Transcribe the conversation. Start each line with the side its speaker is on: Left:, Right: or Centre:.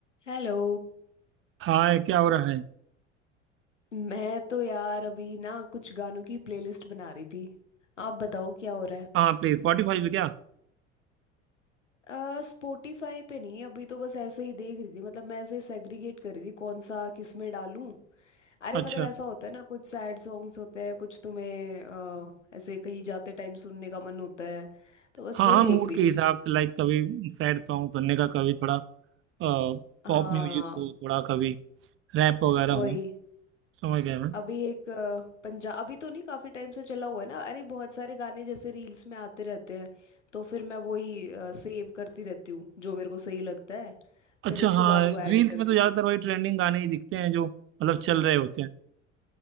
Left: हेलो
Right: हाय क्या हो रहा है
Left: मैं तो यार अभी ना कुछ गानों की प्लेलिस्ट बना रही थी आप बताओ क्या हो रहा है
Right: हाँ प्ले स्पॉटिफाई पे क्या
Left: आ, स्पॉटिफाई पे नहीं अभी तो बस ऐसे ही देख रही थी मतलब मैं ऐसे सेग्रीगेट कर रही थी कौन सा किस में डालूं अरे
Right: अच्छा
Left: मतलब ऐसा होता है ना कुछ सैड सॉन्ग्स होते हैं कुछ तुम्हें अ, ऐसे कहीं जाते टाइम सुनने का मन होता है तो बस
Right: हाँ
Left: वही
Right: हाँ
Left: देख
Right: मूड
Left: रही
Right: के हिसाब
Left: थी
Right: से लाइक कभी सैड सॉन्ग सुनने का कभी थोड़ा पॉप
Left: हाँ
Right: म्यूजिक हो थोड़ा कभी रैप वगैरह
Left: वही
Right: हो समझ गया मैं
Left: अभी एक पंजाब अभी तो नहीं काफी टाइम से चला हुआ है ना अरे बहुत सारे गाने जैसे रील्स में आते रहते हैं तो फिर मैं वही सेव करती रहती हूँ जो मेरे को सही लगता है
Right: अच्छा
Left: फिर उसके
Right: हाँ
Left: बाद वो ऐड
Right: रील्स
Left: कर
Right: में
Left: देती
Right: तो ज़्यादातर
Left: हूँ
Right: वही ट्रेंडिंग गाने ही दिखते हैं जो मतलब चल रहे होते हैं